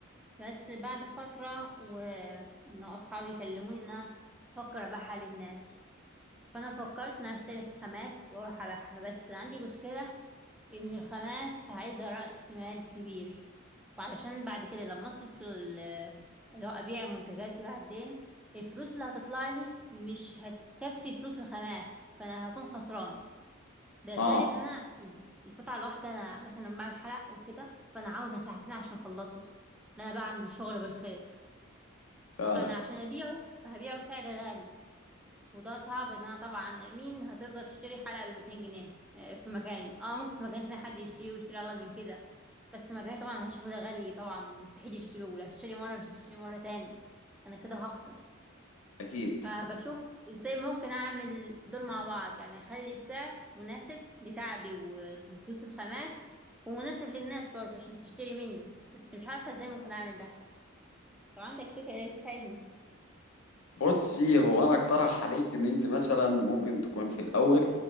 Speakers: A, in the centre; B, on the left.
A: بس بعد فتره وان اصحابي يكلموني ان انا افكر ابيعها للناس فانا فكرت ان اشتري خامات واروح ابيعها بس عندي مشكله ان الخامات عايزه راس مال كبير وعلشان بعد كده لما اصرف ال- اللي هو ابيع منتجاتي بعدين الفلوس اللي هتطلع لي مش هتكفي فلوس الخامات فانا هكون خسران ده
B: اه
A: غير ان انا القطعه الواحده انا مثلا لما بعمل حلق وكده فانا عاوزه ساعتين عشان اخلصه لأن انا بعمل شغل بالخيط
B: فعلا
A: فانا عشان ابيعه فهبيعه بسعر غالي وده صعب ان انا طبعا مين هترضى تشتري حلقة ب 200 جنيه آه، في مكاني اه ممكن في مكان تاني حد يشتري ويشتري اغلى من كده بس مكاني طبعا هشوفه ده غالي طبعا ومستحيل يشتروه لو هتشتري مرة مش هتشتري مرة تاني انا كده هخسر
B: اكيد
A: فبشوف ازاي ممكن اعمل دول مع بعض يعني اخلي السعر مناسب لتعبي وفلوس الخامات ومناسب للناس برضه عشان تشتري مني بس مش عارفة ازاي ممكن اعمل ده لو عندك فكرة يا ريت تساعدني
B: بصي هو انا اقترح عليك ان انت مثلا ممكن تكون في الاول